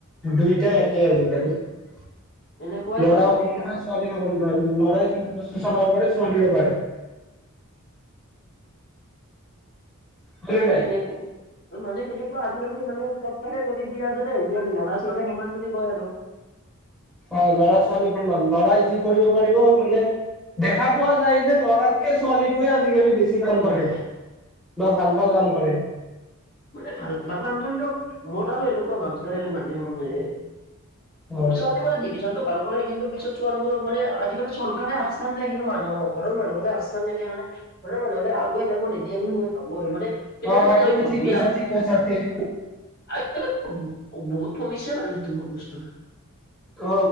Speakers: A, in the centre; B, on the left.
A: দুইটাই একে আজি-কালি। ল'ৰাও
B: এনেকুৱাই বাৰু
A: কম নহয় ছোৱালীও কম নহয়। ল'ৰাই যোনটো বস্ত চলাব পাৰে ছোৱালীও পাৰে। হয়নে
B: এ
A: নাই
B: কেনেকু মানে হেইটোতো আজি-কালি মানে চৰকাৰে কৰি দিয়া দৰে হৈছে আৰু ল'ৰা ছোৱালীয়ে সমান বুলি কয় আৰু।
A: অ ল'ৰা-ছোৱালী সমান। ল'ৰাই যি কৰিব পাৰিব মানে দেখা পোৱা যায় যে ল'ৰাতকে ছোৱালীটোৱে আজি-কালি বেছি ছি কাম
B: হয়
A: কৰে
B: হয়।
A: বা ভাল ভাল কাম কৰে।
B: মানে ভাল ভাল কাম কৰিলেও মোৰ তাৰ মানে এনেকুৱা ভাৱ যায় মাজে সময়ে
A: হয়
B: ছোৱালীবোৰে ডিবিজনতো বাৰু কৰে কিন্তু পিছত ছোৱালীবোৰক মানে আজি-কালি চৰকাৰে আগস্থান দিয়ে কিন্তু মানুহ ঘৰৰ মানুহবোৰে আগস্থান নিদিয়ে মানে। ঘৰৰ মানুহে মানে আগুৱাই যাব নিদিয়ে বুলি মই ভাবো আৰু মানে কেনেকুৱা
A: হয়, হয়
B: তই
A: তুমি ঠিক
B: বিয়া
A: কৈছা, ঠিক কৈছা, ঠিক
B: <unintelligible> বহুত কমিছে বাৰু সেইটো বস্তু।
A: অ